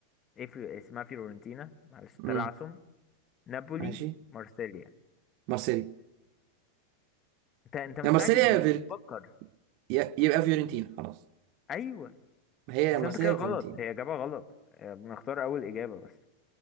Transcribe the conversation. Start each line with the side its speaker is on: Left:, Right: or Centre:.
Left: ايه في... اسمها فيورنتينا معلش
Right: امم
Left: تلعثم نابولي
Right: ماشي
Left: مارسيليا
Right: مارسيليا
Left: انت انت مستعجل
Right: يا مارسيليا يا
Left: ليه
Right: فيرت
Left: بتفكر
Right: يا- يبقى فيورنتينا خلاص
Left: ايوه
Right: ما هي يا
Left: بس
Right: مارسيليا
Left: انت كده
Right: يا
Left: غلط
Right: فيورنتينا
Left: هي اجابه غلط آه، بنختار اول اجابه بس